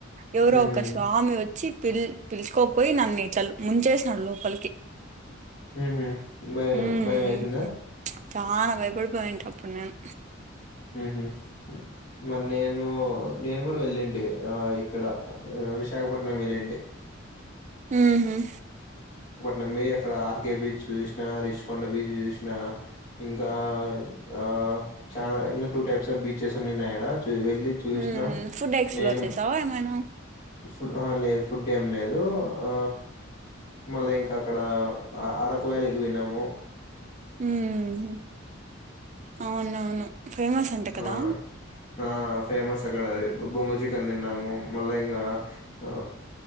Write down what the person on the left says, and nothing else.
ఉమ్
మ్మ్ భయం
భయం వేసిందా
మ్మ్ హ్మ్ మరి నేను నేను కూడా వెలుంటే ఇ ఇక్కడ విశాఖపట్నం వెళ్లుండి
నమ్మి అక్కడ ఆర్కే బీచ్ చూసిన రిచ్కొండ బీచ్ చూసిన ఇంకా ఆ చనా ఇంకా టూ టైప్స్ బీచెస్ ఉన్నాయిడ చూ వెళ్ళి చూసినాం
నేను
ఫుడ్ లేదు ఫుడ్ ఏం లేదు ఆ మల్ల ఇంకా ఇంకా అక్కడ అరకు వ్యాలికి వెళ్ళాము
ఆ
ఆ ఫేమస్ అక్కడది బొంగ చికెన్ తిన్నాము మళ్ళా ఇంగా ఆ